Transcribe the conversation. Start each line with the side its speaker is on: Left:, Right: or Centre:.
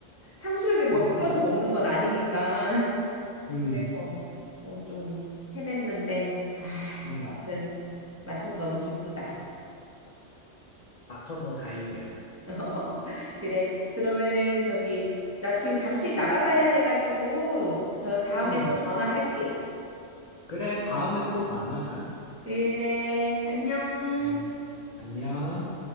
Right: 탕수육에 뭘
Left: <laughs>
Right: 뿌려서 먹는 건 아니니까.
Left: 음.
Right: 그래서 뭐 좀 헤맸는데, 아,
Left: 음.
Right: 여하튼 맞춰서 너무 기쁘다.
Left: 맞춰서 다행이야.
Right: <laughs> 그래. 그러면은 저기 나 지금 잠시 나가봐야 돼가지고 저 다음에
Left: 음.
Right: 또 전화할게.
Left: 그래, 다음에 또 만나자.
Right: 그래. 안녕.
Left: 음. 안녕.